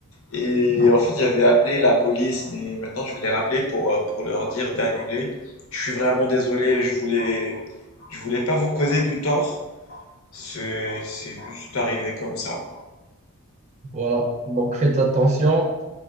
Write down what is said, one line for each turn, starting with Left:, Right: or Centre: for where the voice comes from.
Left: Et
Right: Non.
Left: en fait, j'avais appelé la police, mais maintenant je vais les rappeler pour, euh, pour leur dire d'annuler. Je suis vraiment désolé, je voulais, je voulais pas vous causer du tort. C'est, c'est juste arrivé comme ça.
Right: Voilà. Donc faites attention.